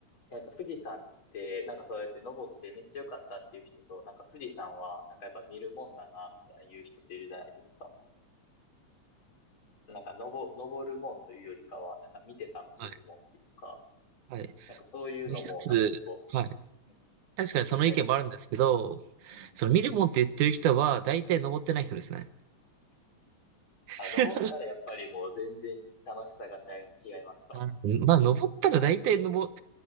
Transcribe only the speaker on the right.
はい。はい。
もう一つ、
はい。
確かにその意見もあるんですけど、
その見るもんって言ってる人は大体登ってない人ですね。
<laughs>
あまあ、登ったら大体登、